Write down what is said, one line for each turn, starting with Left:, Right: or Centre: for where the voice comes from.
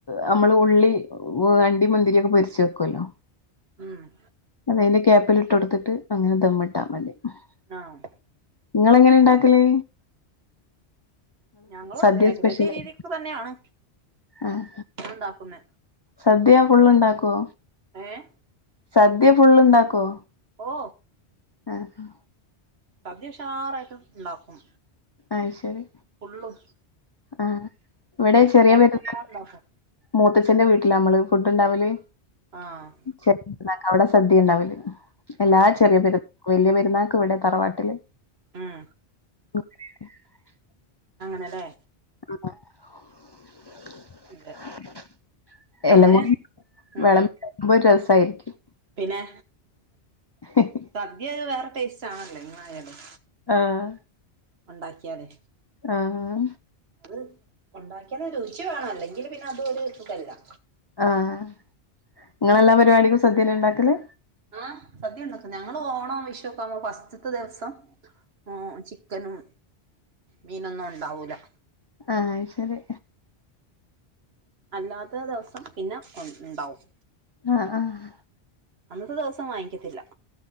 Left: നമ്മള് ഉള്ളി വണ്ടി മുന്തിരിയൊക്കെ പൊരിച്ചുക്കല്ലോ
Right: ഉംഹ്
Left: അത് അതിന്റെ ക്യാപ്പിൽ ഇട്ട്ടുത്തിട്ട് അങ്ങനെ ദമ്മിട്ടാ മതി ഉംഹ്
Right: ആഹ്മ്
Left: ഇങ്ങളങ്ങനെണ്ടാക്കല്?
Right: ഞങ്ങളുംതെ
Left: സദ്യ
Right: ഏകദേശം
Left: സ്പെഷ്യൽ ആയിട്ട്
Right: രീതിക്കെ തന്നെയാണ്
Left: ആഹ്
Right: ണ്ടാക്കുന്നേ
Left: സദ്യ ഫുള്ളുണ്ടാക്കോ
Right: ഏഹ്
Left: സദ്യ ഫുള്ള്ണ്ടാക്കോ
Right: ഓ
Left: ആഹ്
Right: സദ്യ ഉഷാറായിട്ട് ഇണ്ടാക്കും
Left: അയ്ശരി
Right: ഫുള്ളും
Left: ആഹ് ഇവിടെ ചെറിയ
Right: ഉണ്ടാക്കുമ്പോ
Left: പെരുന്നാ
Right: എല്ലാം ഇണ്ടാക്കും
Left: മൂത്തച്ഛന്റെ വീട്ടിലാമ്പള് ഫുഡ്ണ്ടാവല്
Right: ആഹ്
Left: ചെറിയ പെരുന്നാക്ക് അവിടെ സദ്യ ഇണ്ടാവല് എല്ലാ
Right: ആഹ്
Left: ചെറിയ പെരുന്നാ വല്യ പെരുന്നാക്കിവിടെ തറവാട്ടില്
Right: ഉം
Left: <unintelligible>
Right: അങ്ങനെ അല്ലേ
Left: <unintelligible>
Right: അതെ
Left: എല്ലാം
Right: അങ്ങനെ
Left: കൂടി
Right: ഉം
Left: വെളമ്പി വെക്കുമ്പോ ര് രസാരിക്കും
Right: പിന്നെ
Left: <unintelligible>
Right: സദ്യ ഒരു വേറെ ടേസ്റ്റ് ആണല്ലോ എങ്ങ് ആയാലും
Left: ആഹ്
Right: ഒണ്ടാക്ക്യാലെ
Left: ആഹ്
Right: അത് ഒണ്ടാക്ക്യാല് രുചി വേണം അല്ലെങ്കിൽ പിന്നെ അതും ഒര് സുഖല്ലാ
Left: ആഹ് ഇങ്ങള് എല്ലാ പരിപാടിക്കും സദ്യ തന്നെ ഇണ്ടാക്കല്
Right: ആഹ് സദ്യ ഒണ്ടാക്ക്ന്നേ ഞങ്ങള് ഓണം വിഷു ഒക്കെ ആവുമ്പേ ഫസ്റ്റ്ത്തെ ദിവസം ആഹ് ചി ചിക്കനും മീനും ഒന്നും ഒണ്ടാവുല്ലാ
Left: ആഹ് അയ് ശെരി
Right: അല്ലാത്ത ദെവസം പിന്നെ ഒ ഇണ്ടാവും
Left: ആഹ് ആഹ്
Right: അന്നത്തെ ദിവസം വാങ്ങിക്കത്തില്ലാ